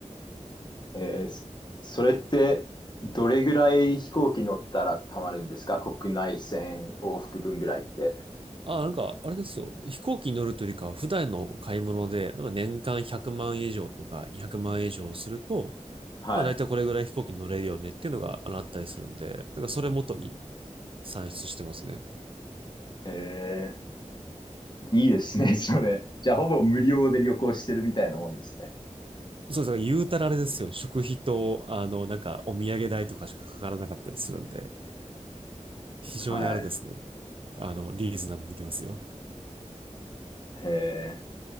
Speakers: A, on the left; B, on the right.
A: えーそそれってどれぐらい飛行機乗ったら貯まるんですか国内線往復分ぐらいって。
B: あ、なんか、あれですよ。飛行機に乗るというよりかは、普段の買い物で、なんか年間100万円以上とか200万円以上すると、
A: はい。
B: まあ大体これぐらい飛行機に乗れるよねっていうのがあのあったりするんで、だからそれ元に算出してますね。
A: えー、いいですね、<laughs> それ。じゃあほぼ無料で旅行してるみたいなもんですね。
B: そうです。だから言うたらあれですよ。食費と、あの、なんかお土産代とかしかかからなかったりするんで、非常にあれですね。
A: はい。
B: あの、リーズナブルにいけますよ。
A: え